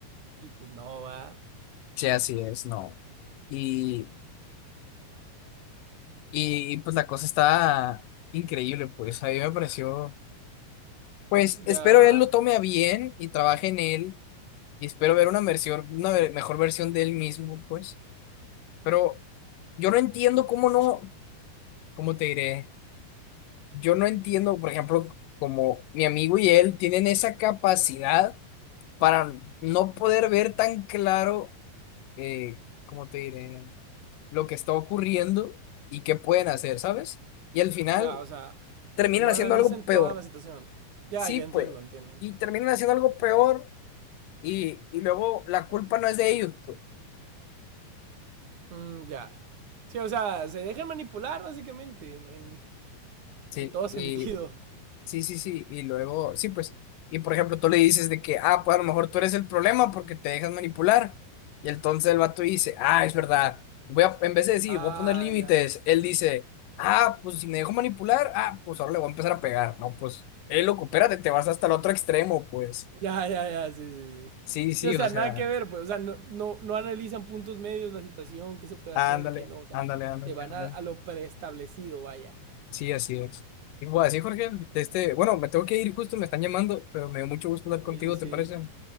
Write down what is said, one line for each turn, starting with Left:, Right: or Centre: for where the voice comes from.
Right: y pues no va.
Left: Sí, así es, no. Y, y pues la cosa está increíble, pues. A mí me pareció. Pues espero
Right: Ya,
Left: él lo tome a bien y trabaje en él Y espero ver una versión, una ve- mejor versión de él mismo, pues. Pero yo no entiendo cómo no, cómo te diré, yo no entiendo, por ejemplo, como mi amigo y él tienen esa capacidad para no poder ver tan claro, eh, cómo te diré, lo que está ocurriendo y qué pueden hacer, ¿sabes? Y al final
Right: ya, o sea,
Left: terminan
Right: no
Left: haciendo
Right: analizan
Left: algo peor.
Right: toda la situación. Ya,
Left: Sí,
Right: ya
Left: pues.
Right: entiendo, entiendo, entiendo.
Left: Y terminan haciendo algo peor y, y luego la culpa no es de ellos, pues.
Right: Mm, ya. Sí, o sea, se dejan manipular básicamente en, en-
Left: Sí,
Right: en todo sentido.
Left: y Sí, sí, sí, y luego, sí, pues, y por ejemplo, tú le dices de que, ah, pues a lo mejor tú eres el problema porque te dejas manipular, y entonces el vato dice, ah, es verdad, voy a, en vez de decir,
Right: Ah,
Left: voy a poner límites,
Right: ya.
Left: él dice, ah, pues si me dejo manipular, ah, pues ahora le voy a empezar a pegar, no, pues, eh, loco, espérate, te vas hasta el otro extremo, pues,
Right: Ya, ya, ya, sí, sí, sí.
Left: sí, sí,
Right: Sí, o sea,
Left: o sea,
Right: nada que ver, pues, o sea, no, no, no analizan puntos medios, la situación, qué se puede
Left: ándale,
Right: hacer, qué no, o sea,
Left: ándale, ándale,
Right: se van
Left: ándale,
Right: a, a lo preestablecido, vaya.
Left: sí, así es. Y pues así, Jorge, este,
Right: Ya.
Left: bueno, me tengo que ir justo, me están llamando, pero me dio mucho gusto hablar
Right: Sí,
Left: contigo,
Right: sí.
Left: ¿te parece?